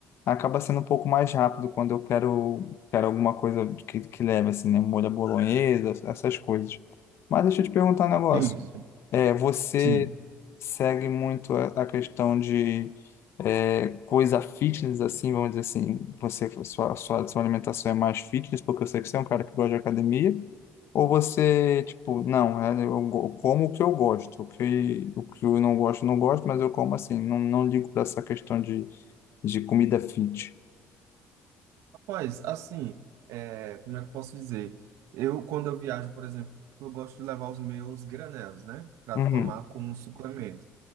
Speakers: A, on the left (about 65°); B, on the right (about 85°).
A: acaba sendo um pouco mais rápido quando eu quero, quero alguma coisa que, que leve, assim, né? Molho à bolonhesa, essas coisas. Mas deixa eu te perguntar um negócio.
B: Sim.
A: É, você
B: sim,
A: segue muito a, a questão de é, coisa fitness, assim, vamos dizer assim, você, sua, sua, sua alimentação é mais fitness, porque eu sei que você é um cara que gosta de academia, ou você, tipo, não, é, eu go- como o que eu gosto, o que, o que eu não gosto, não gosto, mas eu como assim, não, não ligo para essa questão de, de comida fit.
B: Rapaz, assim, é, como é que eu posso dizer? Eu, quando eu viajo, por exemplo, eu gosto de levar os meus granelos, né? Para
A: Uhum,
B: tomar como suplemento.